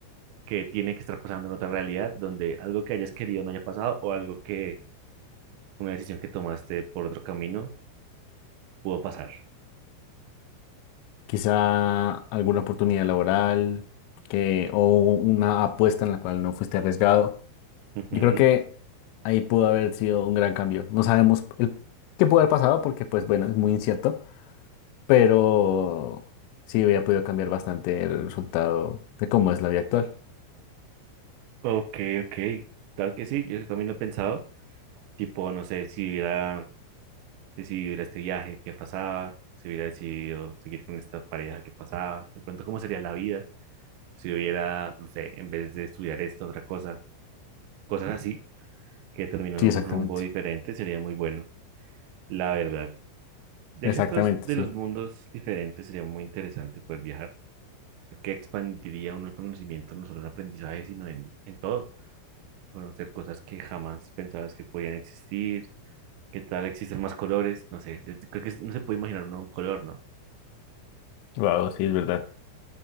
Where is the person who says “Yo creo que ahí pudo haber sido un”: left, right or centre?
Left